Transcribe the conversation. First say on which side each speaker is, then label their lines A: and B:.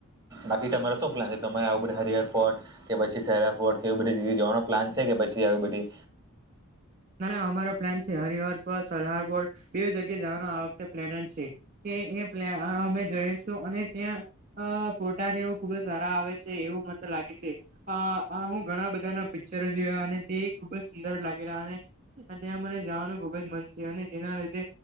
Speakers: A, on the right; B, on the right.
A: બાકી તમારો શું પ્લાન છે? તમારે આવું બધે હરિહર ફોર્ટ કે પછી સેરા ફોર્ટ તેવો બધી જવાનો પ્લાન છે કે પછી આવી બધી
B: ના ના અમારો પ્લાન છે હરિહરપર, સલહારપુર બે જગ્યા જવાનો આ વખતે પ્લેન જ છે. તે એ પ અમે જોઈશું અને ત્યાં અ ફોટાને એવું ખુબ જ સારા આવે છે એવું મન તો લાગે છે. અ હું ઘણા બધા ના પિક્ચરો જોયા અને તે ખુબ જ સુંદર લાગેલા અને અને ત્યાં મને જવાનું ખુબ જ મન છે અને જેના લીધે